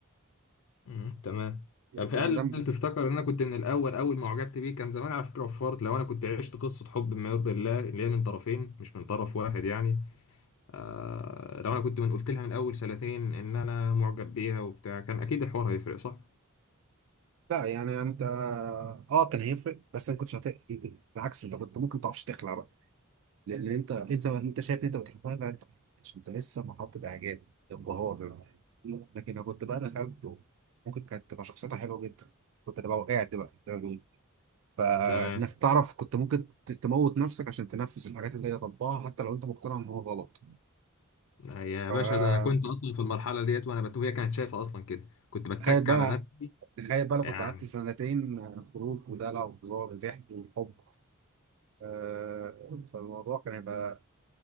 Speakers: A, on the left; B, on the right.
A: مم، تمام طب
B: يعني
A: هل
B: ده
A: تفتكر ان انا كنت من الاول اول ما اعجبت بيه كان زمان على فكره وفرت لو انا كنت عشت قصه حب ما يرضي الله اللي هي من طرفين مش من طرف واحد يعني آه لو انا كنت من قلت لها من اول سنتين ان انا معجب بيها وبتاع كان اكيد الحوار هيفرق صح
B: لا يعني انت اه كان هيفرق بس انا كنتش هتقف بالعكس انت كنت ممكن ما تعرفش تخلع بقى لان انت انت انت شايف ان انت بتحبها لا انت عشان انت لسه محاط باعجاب انبهار لكن لو كنت بقى دخلت ممكن كانت تبقى شخصيتها حلوه جدا كنت تبقى وقعت بقى زي ما بيقولوا. فانك
A: تمام
B: تعرف كنت ممكن ت- تموت نفسك عشان تنفذ الحاجات اللي هي طالباها حتى لو انت مقتنع ان هو غلط
A: يا
B: فتخيل
A: باشا ده انا كنت اصلا في المرحله ديت وانا بت... وهي كانت شايفه اصلا كده كنت بتك
B: بقى
A: على نفسي
B: تخيل بقى لو
A: يعني
B: كنت قعدت سنتين خروج ودلع وهزار وضحك وحب آه، فالموضوع كان هيبقى